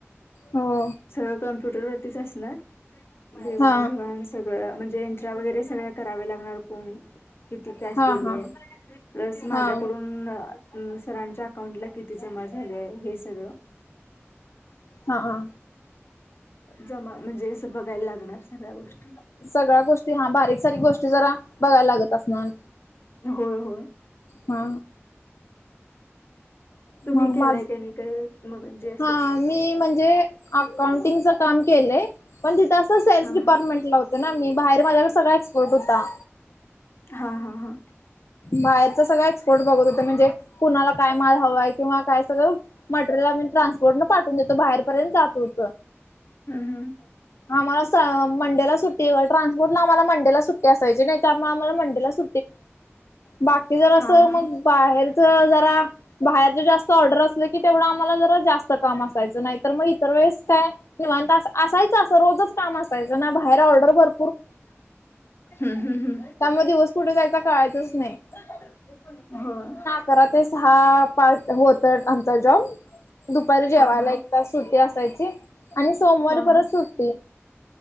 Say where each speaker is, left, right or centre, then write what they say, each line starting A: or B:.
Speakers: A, on the left (about 75°); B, on the left (about 55°).
A: हो.
B: सगळं कमप्युटर वरतीच असणार देवाण
A: हा
B: घेवाण सगळं म्हणजे एन्ट्री वगैरे सगळ करावे लागणार कोण किती कॅश
A: हा
B: दिलेय.
A: हा
B: प्लस माझ्याकडून
A: हा
B: सरांच्या अकाउंटला किती जमा झाले हे सगळं
A: हा ह
B: जमा म्हणजे अस बघायला लागणार सगळ्या गोष्टी
A: सगळ्या गोष्टी हा बारीक सारीक गोष्टी जरा बघायला लागत असणार
B: होय होय
A: हा
B: तुम्ही
A: मग
B: केलाय
A: माझ
B: का नाही का मगणजे
A: हा मी म्हणजे अकाउंटिंगच काम केलंय पण तिथं सेल्स
B: हा
A: डिपार्टमेंट ला होता ना मी बाहेर माझ्याकडे सगळा एक्सपोर्ट होता
B: हा हा हा हा
A: बाहेरच सगळं एक्सपोर्ट बघत होते म्हणजे कुणाला काय माल हवाय किंवा काय सगळं मटेरियल आम्ही ट्रान्सपोर्ट न पाठवून देतो बाहेरपर्यंत जात होत
B: हम्म हम्म
A: आम्हाला मंडेला सुट्ट ट्रान्पोर्ट ला आम्हाला मंडेला सुट्टी असायची नाई, त्यामुळे आम्हाला मंडेलाऽ बाकी जर
B: हा
A: असं
B: हा
A: मग बाहेरच जराऽ बाहेर ज जास्त ऑर्डर असलं की तेवढं आम्हाला जरा जास्त काम असायचं,, नाही तर मग इतर वेळेस कायऽ निवांत असायचं, असं रोजच काम असायचं ना, बाहेर ऑर्डर भर
B: हम्म हम्म हम्म
A: त्यामुळे दिवस कुठे जायचा कळायच नाही.
B: होय
A: करा ते स हहा पार्ट होत आमचा जॉब दुपारी जेवायला
B: हा हा
A: एक तास सुट्टी असायची,, आणि सोमवारी
B: हा
A: परत सुट्टी